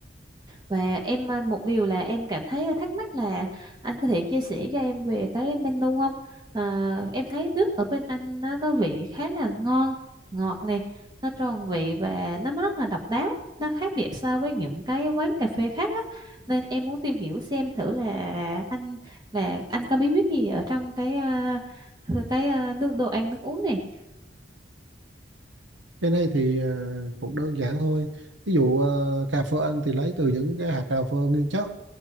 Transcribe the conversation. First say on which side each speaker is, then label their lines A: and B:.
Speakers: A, on the right; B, on the right.
A: và em ờ, một điều là em cảm thấy ờ, thắc mắc là anh có thể chia sẻ cho em về cái menu không? Ờ, em thấy nước ở bên anh nó có vị khá là ngon, ngọt này, nó tròn vị và nó rất là độc đáo, nó khác biệt so với những cái quán cà phê khác á. Nên em muốn tìm hiểu xem thử là anh là anh có bí quyết gì ở trong cái ờ, cái ờ, nước đồ ăn nước uống này
B: cái này thì ờ, cũng đơn giản thôi ví dụ ờ, cà phê anh thì lấy từ những cái hạt cà phê nguyên chất